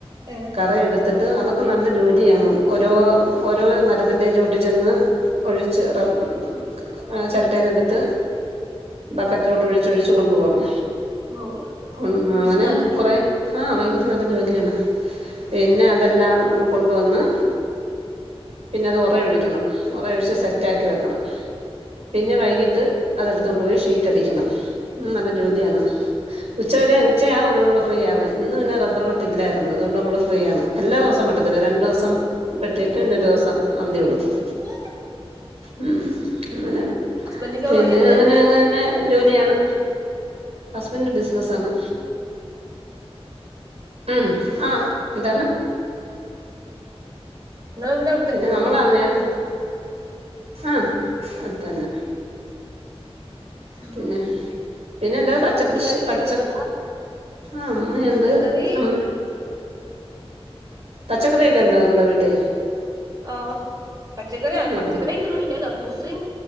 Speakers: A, on the right; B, on the right.
A: ഏഹ്
B: കറ എടുത്തിട്ട് അതൊ ഇപ്പം നല്ല ജോലിയാണ് ഒരോ ഓരോ മരത്തിന്റെയും ചോട്ടി ചെന്ന് ഒഴിച്ച് റബ് ആ ചെരട്ടേന്നെടുത്ത് ബക്കറ്റ്ലോട്ട് ഒഴിച്ച് ഒഴിച്ചൊഴിച്ച് കൊണ്ടുപോണം
A: ഓഹ്
B: ഉം
A: റിസ്കാല്ലേ
B: അങ്ങനെ കൊറെ ആഹ് ഭയങ്കര നല്ല ജോലിയാണ് പിന്നെ അതെല്ലാം കൊണ്ട് വന്ന് പിന്നെ അത് ഒറ ഒഴിക്കണം ഒറയൊഴിച്ച് സെറ്റാക്കി വെക്കണം പിന്നെ വൈകിട്ട് അതെട്ത്താേണ്ട് പോയി ഷീറ്റടിക്കണം ഉം നല്ല ജോലിയാണ് ഉച്ചവരെ ഉച്ചയാവും നമ്മള് ഫ്രീയാവാൻ ഇന്ന് പിന്നെ റബ്ബർ വെട്ട് ഇല്ലായ്ര്ന്ന് അതുകൊണ്ട് നമ്മള് ഫ്രീയാണ് എല്ലാ ദെവസവും വെട്ടത്തില്ല രണ്ട് ദ്‌വസം വെട്ടീട്ട് ഒര് ദിവ്സം അവധി കൊട്ക്കും
A: അ
B: ഉം അങ്ങെനെ
A: ഹസ്ബൻഡിന്റെ
B: പിന്നെ
A: പണി തന്നെ
B: അങ്ങെനെ അങ്ങെനെ ജോലിയാണ് ഹസ്ബൻഡ്ന് ബിസ്നസാണ് ഉം ആഹ് എന്താണ്
A: നിങ്ങളെ വീട് അവിടെത്തന്നെയാണോ
B: പിന്നെ നമ്മളാ ഞാന് ആഹ് അതെന്നെ
A: ഉം
B: പിന്നെ പിന്നെല്ലാതെ പച്ചക്കൃഷി
A: വീട്ടിലാരൊക്കെയുണ്ട്
B: പച്ച
A: നിങ്ങള്
B: ആഹ് അമ്മയ്ണ്ട്
A: പച്ചക്കറി
B: അമ്മെ പച്ചക്കറിയൊക്കെ ഇണ്ടോ നിങ്ങളടെ വീട്ടി
A: ആഹ് പച്ചക്കറിയാ
B: ആ
A: പച്ചക്കറ്യായ്ട്ടൊന്നും ഇല്ല്യാ കർമൂസിം